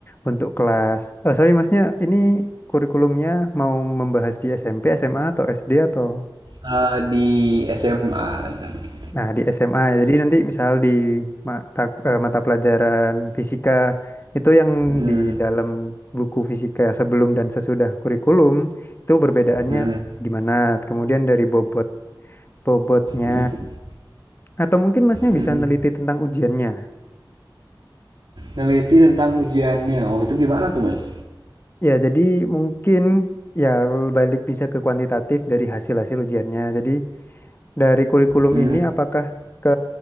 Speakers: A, on the left; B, on the right.
A: untuk kelas eh sorry masnya ini kurikulumnya mau membahas di SMP SMA atau SD atau
B: Ah, di SMA rencananya
A: Nah, di SMA. Jadi nanti misal di mata eh, mata pelajaran fisika itu yang
B: Mm,
A: di dalam buku fisika sebelum dan sesudah kurikulum itu perbedaannya
B: mm,
A: gimana? Kemudian dari bobot bobotnya
B: mm,
A: atau mungkin Masnya
B: mm,
A: bisa neliti tentang ujiannya.
B: Neliti tentang ujiannya. Oh, itu gimana tuh, Mas?
A: Ya, jadi mungkin ya balik bisa ke kuantitatif dari hasil-hasil ujiannya. Jadi dari kurikulum
B: Hmm,
A: ini apakah ke